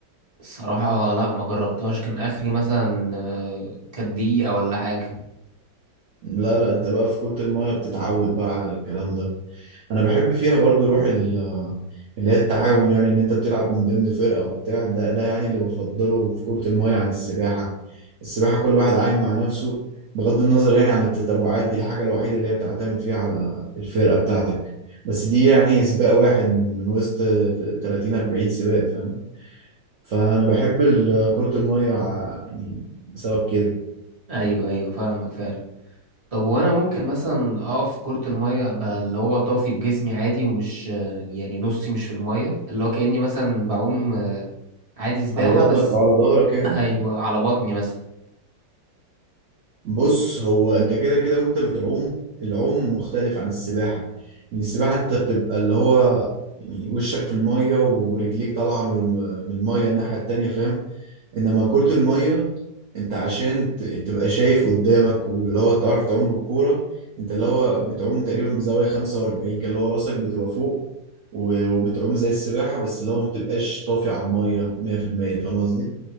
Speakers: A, on the right (about 25°); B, on the right (about 70°).
A: الصراحة لا ما جربتهاش كان اخري مثلا آه، كانت دقيقة ولا حاجة
B: لا لا انت بقى في كرة المية بتتعود بقى على الكلام ده انا بحب فيها برضو روح ال- اللي هي التعاون يعني ان انت بتلعب من ضمن فرقة وبتاع ده ده يعني اللي بفضله في كرة الماية عن السباحة السباحة كل واحد عايم مع نفسه بغض النظر يعني عن التتابعات دي الحاجة الوحيدة اللي هي بتعتمد فيها على الفرقة بتاعتك بس دي يعني سباق واحد من من وسط 30 40 سباق فاهم فانا بحب ال- كرة الماية ع- يعني بسبب كده
A: ايوه ايوه فاهمك فعلا طب وانا ممكن مثلا اقف في كرة المية ابقى اللي هو طافي بجسمي عادي ومش يعني نصي مش في المية اللي هو كأني مثلا بعوم عادي سباحة
B: على بطنك
A: بس
B: او على ظهرك يعني
A: أيوة على بطني مثلا
B: بص هو انت كده كده وانت بتعوم العوم مختلف عن السباحة يعني السباحة انت بتبقى اللي هو يعني وشك في المية ورجليك طالعة من الم- من المية الناحية التانية فاهم انما كرة المية انت عشان ت- تبقى شايف قدامك واللي هو تعرف تعوم بالكورة انت اللي هو بتعوم تقريبا بزاوية 45 كده اللي هو راسك بتبقى فوق وب- وبتعوم زي السباحة بس اللي هو ما بتبقاش طافي على المية 100% فاهم قصدي؟